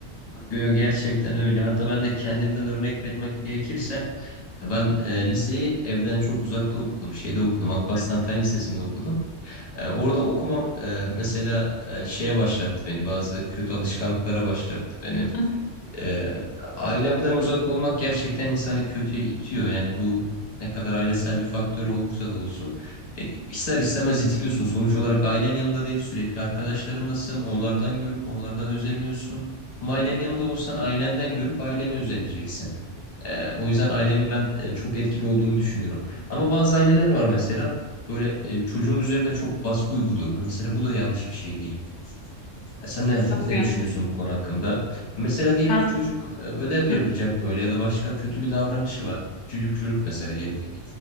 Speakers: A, on the left (about 35°); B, on the left (about 65°).
A: Yo, yo, gerçekten öyle. Hatta ben de kendimden örnek vermek gerekirse ben e, liseyi evden çok uzakta okudum. Şeyde okudum. Alparslan
B: Hı hı.
A: Fen Lisesi'nde okudum. E, orada okumam e, mesela e, şeye başlattı beni. Bazı kötü alışkanlıklara başlattı beni.
B: Hı
A: E, ailemden uzak olmak gerçekten insanı kötüye itiyor. Yani bu ne kadar ailesel bir faktör olursa da olsun. E, ister istemez itiliyorsun. Sonuç olarak ailen yanında değil. Sürekli arkadaşlarınlasın. Onlardan görüp onlardan özeniyorsun. Ama ailenin
B: hı.
A: yanında olsan ailenden görüp ailene özeneceksin. E, o yüzden ailenin ben e, çok etkili olduğunu düşünüyorum. Ama bazı aileler var mesela böyle e, çocuğun üzerine çok baskı uyguluyor. Mesela bu da yanlış bir şey değil. E, sen ne,
B: Nasıl
A: ne
B: ya?
A: düşünüyorsun bu konu hakkında? Mesela diyelim
B: Sen
A: ki çocuk e, ödev
B: Hı.
A: yapacak böyle ya da başka kötü bir davranışı var. Çocuk çocuk mesela diyelim ki